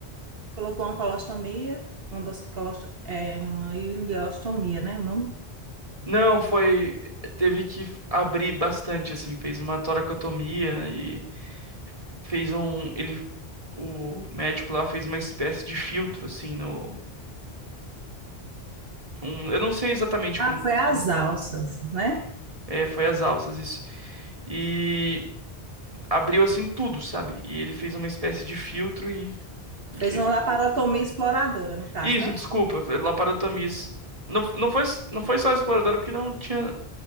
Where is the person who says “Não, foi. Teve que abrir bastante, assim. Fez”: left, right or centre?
Right